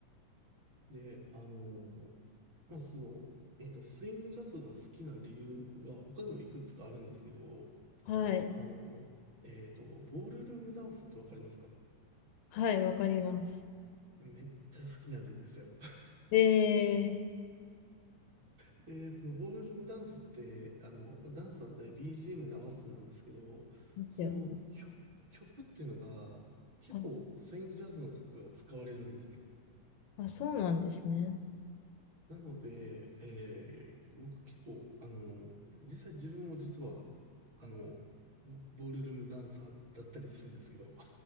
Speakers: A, on the right; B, on the left.
A: で、あの、まあその、えっと、スイングジャズが好きな理由が他にもいくつかあるんですけど、
B: はい。
A: あの、えっと、ボールルームダンスってわかりますか
B: はい、わかります。
A: めっちゃ好きなんですよ。<laughs>
B: ええ
A: で、そのボールルームダンスって、あの、ダンスなので BGM に合わせてなんですけど、
B: ですよね。
A: その曲、曲っていうのが結構スイングジャズの曲が使われるんですね。
B: あ、あ、そうなんですね。
A: なので、えー僕結構、あの、実際自分も実は、あの、ボボールルームダンサーだったりするんですけど、<laughs>